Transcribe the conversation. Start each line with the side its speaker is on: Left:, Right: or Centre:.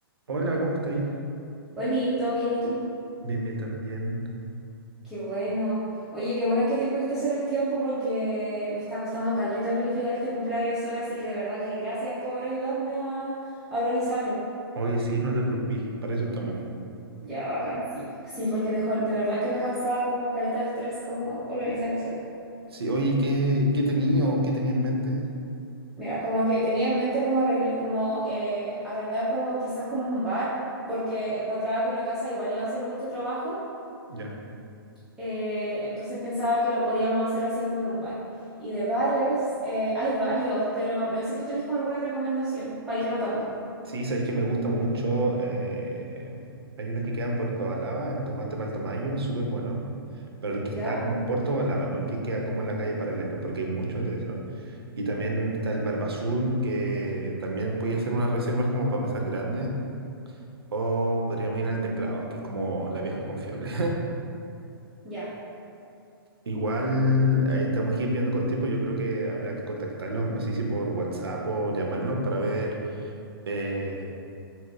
Right: Hola, ¿cómo estáis?
Centre: Oli, ¿todo bien y tú?
Right: Bien, bien también.
Centre: Qué bueno. Oye, qué bueno que te pudiste hacer el tiempo porque me está costando caleta planificar este cumpleaños sola, así que de verdad que gracias por ayudarme a, a organizarlo.
Right: Oye, sí, no te preocupes, para eso estamos.
Centre: Ya, bacán, sí. Sí, porque dejó- de verdad que me causaba como caleta de estrés como organizarlo sola.
Right: Sí, oye, ¿qué, qué tenía o qué tenía en mente?
Centre: Mira, como que tenía en mente como, arregle- como eh, arrendar como quizás como un bar, porque encontraba que una casa igual iba a ser mucho trabajo.
Right: Ya.
Centre: Eh, entonces pensaba que lo podíamos hacer así como en un bar. Y de bares, eh, hay varios, pero no sé si tú tenés como alguna recomendación para ir anotando.
Right: Sí, sabéis que me gusta mucho. eh, hay uno que queda en Puerto Balaba, el tomate Paltamayo, súper bueno. Pero el
Centre: ¿Ya?
Right: que está como en Puerto Balaba, ¿no? El que queda como en la calle paralela, porque hay muchos de esos. Y también está el Barbazul, que también podía hacer unas reservas como para mesas grandes. O podríamos ir al
Centre: Ah.
Right: Teclados, que es como la vieja confiable.
Centre: Ya.
Right: Igual eh, tenemos que ir viendo con tiempo. Yo creo que habrá que contactarlos, no sé si por WhatsApp o llamarlos para ver eh,